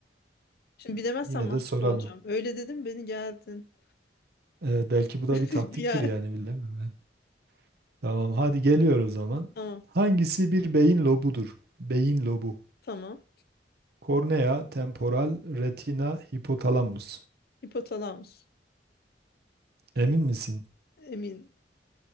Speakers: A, on the left; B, on the right.
A: Şimdi bilemezsen
B: yine
A: mahcup
B: de soralım.
A: olacağım. Öyle dedim beni geldin.
B: Ee, belki bu da
A: <laughs>
B: bir taktiktir
A: Bir yer.
B: yani bilemem ben. Tamam hadi geliyor o zaman.
A: Tamam.
B: Hangisi bir beyin lobudur? Beyin lobu.
A: Tamam.
B: Kornea, temporal, retina, hipotalamus.
A: Hipotalamus.
B: Emin misin?
A: Emin.